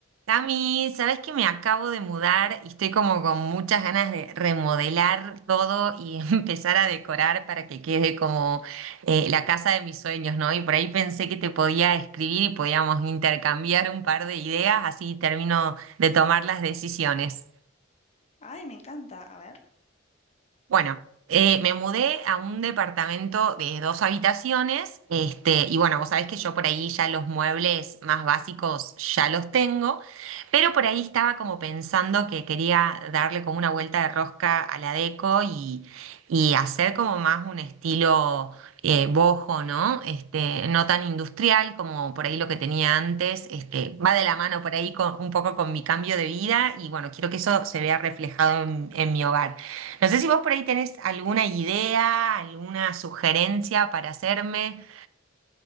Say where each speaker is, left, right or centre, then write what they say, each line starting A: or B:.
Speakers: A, on the right (about 80°); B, on the left (about 35°).
A: Cami, sabes que me acabo de mudar y estoy como con muchas ganas de remodelar todo y <laughs> empezar a decorar para que quede como eh, la casa de mis sueños, ¿no? Y por ahí pensé que te podía escribir y podíamos intercambiar un par de ideas, así termino de tomar las decisiones.
B: Ay, me encanta. A ver.
A: Bueno, eh, me mudé a un departamento de dos habitaciones, este, y bueno, vos sabés que yo por ahí ya los muebles más básicos ya los tengo, pero por ahí estaba como pensando que quería darle como una vuelta de rosca a la deco y, y hacer como más un estilo eh, boho, ¿no? Este, no tan industrial como por ahí lo que tenía antes, este, va de la mano por ahí con- un poco con mi cambio de vida y bueno, quiero que eso se vea reflejado en en mi hogar. No sé si vos por ahí tenés alguna idea, alguna sugerencia para hacerme.